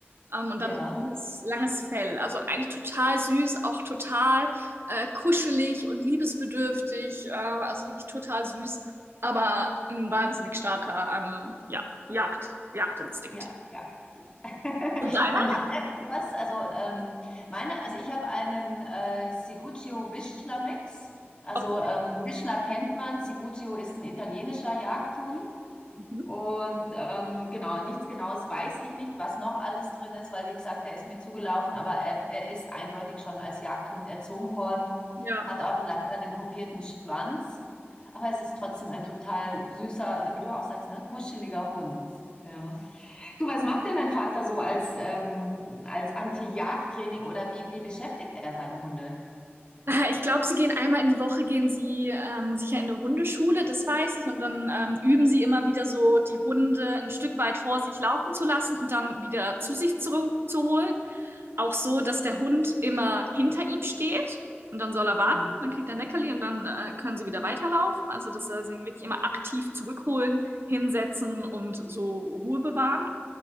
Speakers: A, on the right; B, on the left.
A: Ähm, und
B: Ja.
A: dann so langes, langes Fell. Also eigentlich total süß, auch total äh, kuschelig und liebesbedürftig. Äh, also wirklich total süß, aber ein wahnsinnig starker ähm, ja, Jagd, Jagdinstinkt.
B: Ja, Jagdtrieb. <laughs>
A: Und deiner?
B: Und macht er irgendwas? Also, ähm, meine, also ich habe einen äh, Ciguccio-Wischler-Mix. Also
A: Okay.
B: ähm, Wischler kennt man, Ciguccio ist ein italienischer Jagdhund.
A: Mhm.
B: Und ähm, genau, nichts Genaues weiß ich nicht, was noch alles drin ist, weil wie gesagt, er ist mir zugelaufen, aber er, er ist eindeutig schon als Jagdhund erzogen worden,
A: Ja.
B: hat auch leider einen kopierten Schwanz, aber es ist trotzdem ein total süßer, wie du auch sagst, ne, kuscheliger Hund. Ja. Du, was macht denn dein Vater so als, ähm, als Anti-Jagd-Training oder wie, wie beschäftigt er seine Hunde?
A: Äh, Ich glaube, sie gehen einmal in die Woche, gehen sie ähm, sicher in eine Hundeschule, das weiß ich. Und dann ähm, üben sie immer wieder so, die Hunde ein Stück weit vor sich laufen zu lassen und dann wieder zu sich zu, zu holen. Auch so, dass der Hund immer hinter ihm steht und dann soll er warten,
B: Mhm.
A: dann kriegt er ein Leckerli und dann äh, können sie wieder weiterlaufen. Also, dass er sie wirklich immer aktiv zurückholen, hinsetzen und so Ruhe bewahren.